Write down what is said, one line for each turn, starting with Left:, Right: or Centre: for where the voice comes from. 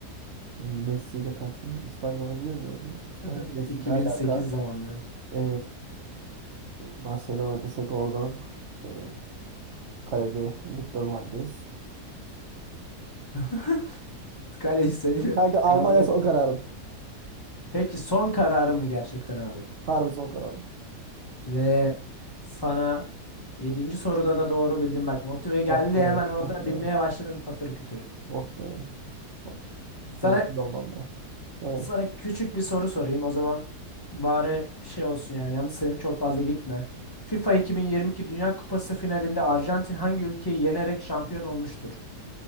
Right: Messi ile karşı İspanya oynuyoruz o zaman. İspanya
Left: <laughs>
Right: Messi
Left: 2008
Right: ne alaka?
Left: zamanları.
Right: Ee, Barcelona desek oradan. Ee, kalede Victor Valdez.
Left: <laughs> Kaleci sayıyor.
Right: Kanka Almanya
Left: Kadroyu.
Right: son kararım.
Left: Peki son kararım mı gerçekten abi?
Right: Harbi son kararım.
Left: Ve sana yedinci soruda da doğru bildin bak. Motive geldi
Right: Oh be.
Left: hemen orada
Right: Oh be.
Left: bilmeye başladın patır kütür.
Right: Oh be. Oh,
Left: Sana
Right: Şerefsiz Almanlar. Evet.
Left: sana küçük bir soru sorayım. O zaman bari şey olsun yani yanlış sayım çok fazla gitme. FIFA 2022 Dünya Kupası finalinde Arjantin hangi ülkeyi yenerek şampiyon olmuştur?